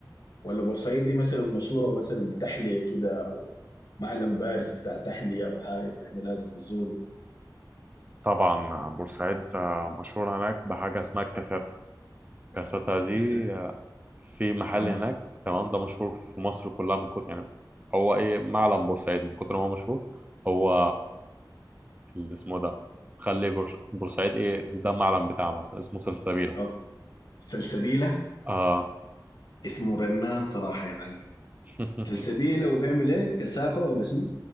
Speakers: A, on the left; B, on the right.
A: ولا بورسعيد دي مثلا مشهورة مثلا بتحلية كده أو معلم بارز بتاع تحلية أو حاجة اللي إحنا لازم نزوره
B: طبعا بورسعيد آه، مشهور هناك بحاجة اسمها الكاساتا الكاساتا دي
A: كسر
B: آه، في محل
A: اها
B: هناك تمام ده مشهور في مصر كلها من كتر يعني هو ايه معلم بورسعيد من كتر ما هو مشهور هو اللي اسمه ده خلي بورس- بورسعيد ايه ده معلم بتاعه مثلا اسمه سلسبيلة
A: اوكي سلسبيلة
B: اه
A: اسمه رنان صراحة يا معلم
B: <laughs>
A: سلسبيلة وبيعمل ايه كسابة ولا شنو